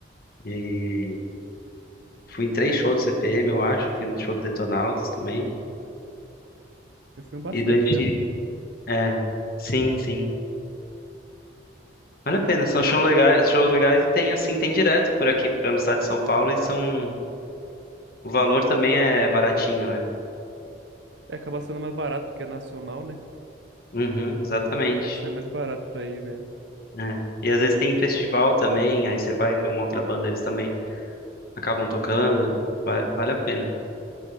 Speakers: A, on the left (about 50°); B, on the right (about 75°).
A: E fui em três shows do CPM, eu acho, fui no show do Detonautas também,
B: eu fui um bastante
A: e do NX,
B: já.
A: é, sim, sim. Vale a pena, são shows legais, shows legais e tem assim, tem direto por aqui pelo estado de São Paulo e são o valor também é baratinho, né?
B: É, acaba sendo mais barato porque é nacional, né?
A: Uhum, exatamente.
B: Aí sai mais barato pra ir mesmo.
A: É. E às vezes tem festival também, aí você vai ver uma outra banda, eles também acabam tocando, va- vale a pena.